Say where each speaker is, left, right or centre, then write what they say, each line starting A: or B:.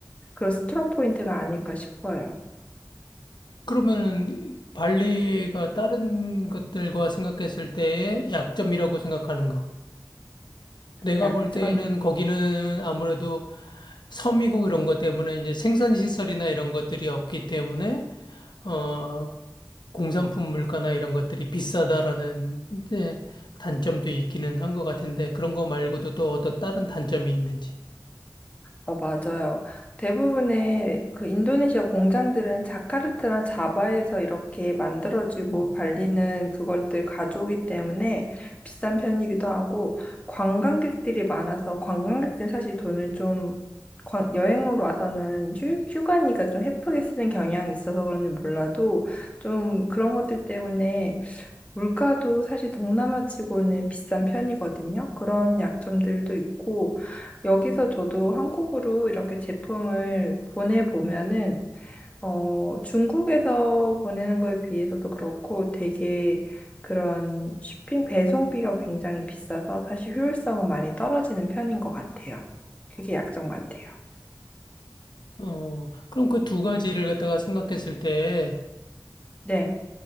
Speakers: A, on the left; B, on the left.
A: 그런 스트롱 포인트가 아닐까 싶어요.
B: 그러면은 발리가 다른 것들과 생각했을 때의 약점이라고 생각하는 거. 내가
A: 약점.
B: 볼 때는 거기는 아무래도 섬이고 이런 것 때문에 이제 생산 시설이나 이런 것들이 없기 때문에 어 공산품 물가나 이런 것들이 비싸다라는 이제 단점도 있기는 한 것 같은데 그런 거 말고도 또 어떤 다른 단점이 있는지.
A: 어, 맞아요. 대부분의 그 인도네시아 공장들은 자카르타나 자바에서 이렇게 만들어지고
B: 음.
A: 발리는 그것들 가져오기 때문에 비싼 편이기도 하고 관광객들이 많아서 관광객들은 사실 돈을 좀 관- 여행으로 와서는 휴, 휴가니까 좀 헤프게 쓰는 경향이 있어서 그런지 몰라도 좀 그런 것들 때문에 물가도 사실 동남아 치고는 비싼 편이거든요. 그런 약점들도 있고, 여기서 저도 한국으로 이렇게 제품을 보내보면은, 어, 중국에서 보내는 거에 비해서도 그렇고 되게 그런 쇼핑 배송비가 굉장히 비싸서 사실 효율성은 많이 떨어지는 편인 것 같아요. 그게 약점 같아요.
B: 어 그럼 그 두 가지를 갖다가 생각했을 때
A: 네,